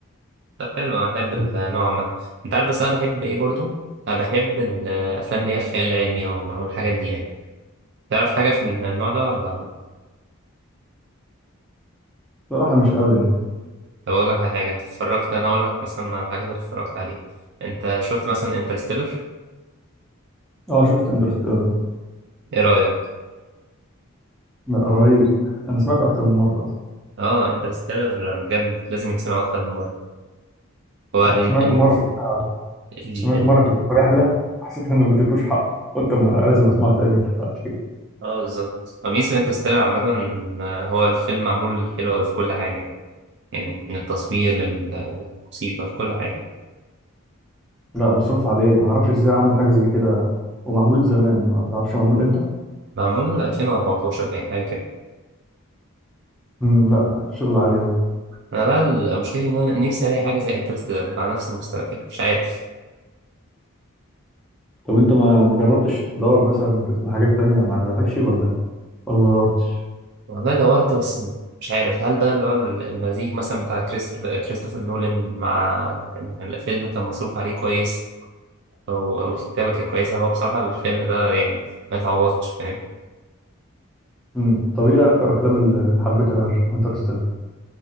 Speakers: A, on the right (about 50°); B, in the centre.
A: طب حلو أنا بحب النوع
B: بس
A: عامة أنت عارف بس أنا بحب ايه برضو أنا بحب الأفلام اللي هي الخيال العلمي أو أو الحاجات دي يعني تعرف حاجة في النوع ده ولا
B: بصراحة مش قوي يعني
A: طب اقول لك على حاجه انت اتفرجت انا اقول لك مثلا على الحاجات اللي اتفرجت عليها انت شفت مثلا انترستيلر
B: اه شفت انترستيلر
A: ايه رايك
B: لا رهيب انا سمعته اكتر من مرة
A: اه انترستيلر بجد لازم يتسمع اكتر من مره هو
B: حتى
A: ال
B: سمعته
A: ال
B: مرة كده
A: ال
B: سمعته
A: ال
B: مرة كنت في رحلة حسيت ان ما اديتوش حقه قلت ما لازم اسمعه تاني <laughs> عشان كده
A: اه بالظبط ميزه انترستيلر عامه ان هو الفيلم معمول حلو قوي في كل حاجه يعني يعني من التصوير للموسيقى لكل حاجه
B: لا مصروف عليه ما اعرفش ازاي عمل حاجة زي كده ومعمول زمان ما تعرفش معمول امتى
A: معمول 2014 باين حاجه كده
B: مم، لا شغل عالي قوي
A: انا بقى المشكله ان انا نفسي الاقي حاجه زي انترستيلر على نفس المستوى كده مش عارف
B: طب انت ما ما جربتش تدور مثلا تسمع حاجات تانية ما عجبتكش ولا ولا ما دورتش
A: والله دورت بس مش عارف هل ده اللي هو المزيج مثلا بتاع كريست- كريستوفر نولان مع إن الفيلم كان مصروف عليه كويس او او الكتابه كانت كويسه هو بصراحه الفيلم ده يعني ما يتعوضش فاهم
B: مم. طب ايه اكتر افلام اللي حبيتها غير انترستيلر